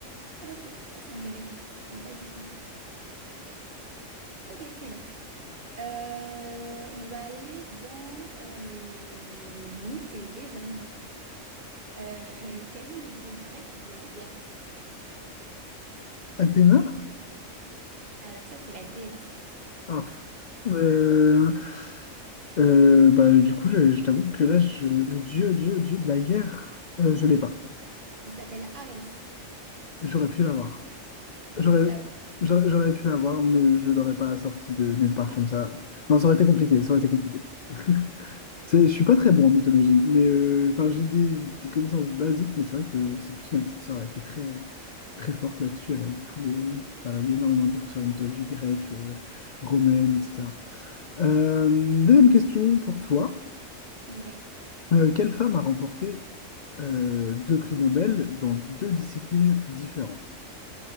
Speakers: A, on the right; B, on the left.
A: Ah, ok. Ah, c'est intéressant. Je savais pas du tout. Ok, très bien. Euh, on va aller dans euh, les mythes et les légendes. Euh, quel est le dieu grec de la guerre?
B: Athéna?
A: Alors ça, c'est la déesse.
B: Ah, f- euh, euh, bah, du coup, je, je t'avoue que là, je- le dieu, dieu, dieu de la guerre, euh, je l'ai pas.
A: Il s'appelle Arès.
B: J'aurais pu l'avoir.
A: T'aurais
B: J'aurais,
A: pu l'avoir.
B: j'aurais, j'aurais pu l'avoir, mais je l'aurais pas sorti de nulle part comme ça. Non, ça aurait été compliqué, ça aurait été compliqué. <laughs> C'est- Je suis pas très bon en mythologie, mais euh, enfin, j'ai des, des connaissances basiques, mais c'est vrai que c'est plus ma petite sœur là, qui est très, qui est très forte là-dessus. Elle a lu tous les, enfin, elle a lu énormément de livres sur la mythologie grecque, euh, romaine, etc. Euh, deuxième question pour toi.
A: Ouais.
B: Euh, quelle femme a remporté euh, deux prix Nobel dans deux disciplines différentes?